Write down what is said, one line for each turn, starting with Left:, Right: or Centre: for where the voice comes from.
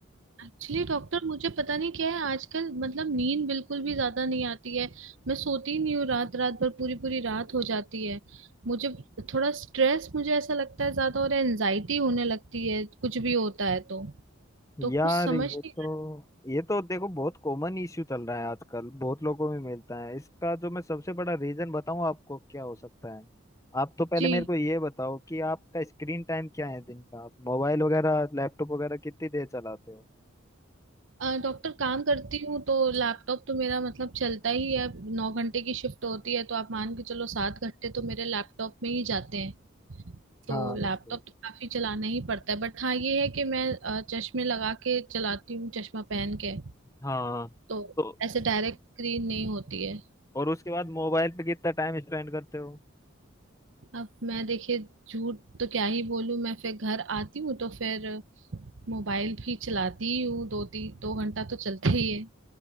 Right: एक्चुअली डॉक्टर मुझे पता नहीं क्या है आजकल मतलब नींद बिल्कुल भी ज्यादा नहीं आती है मैं सोती नहीं हूँ रात रात भर पूरी पूरी रात हो जाती है मुझे थोड़ा स्ट्रेस मुझे ऐसा लगता है ज्यादा और एनजाइटी होने लगती है कुछ भी होता है तो तो
Left: यार
Right: कुछ समझ
Left: ये
Right: नहीं
Left: तो
Right: आता।
Left: ये तो देखो बहुत कॉमन इश्यू चल रहा है आजकल बहुत लोगों में मिलता है इसका जो मैं सबसे बड़ा रीजन बताऊं आपको क्या हो सकता है आप तो पहले
Right: जी
Left: मेरे को ये बताओ कि आपका स्क्रीन टाइम क्या है दिन का आप मोबाइल वगैरह लैपटॉप वगैरह कितनी देर चलाते हो
Right: अ, डॉक्टर काम करती हूँ तो लैपटॉप तो मेरा मतलब चलता ही है नौ घंटे की शिफ्ट होती है तो आप मान के चलो सात घंटे तो मेरे लैपटॉप में ही जाते हैं तो
Left: हाँ बिल्कुल
Right: लैपटॉप तो काफी चलाना ही पड़ता है बट हाँ ये है कि मैं अ, चश्मे लगा के चलाती हूँ चश्मा पहन के
Left: हाँ
Right: तो
Left: तो
Right: ऐसे डायरेक्ट स्क्रीन नहीं होती है
Left: और उसके बाद मोबाइल पे कितना टाइम स्पेंड करते हो
Right: अब मैं देखिए झूठ तो क्या ही बोलूँ मैं फिर घर आती हूँ तो फिर मोबाइल भी चलाती ही हूँ दो तीन दो घंटा तो चलते ही है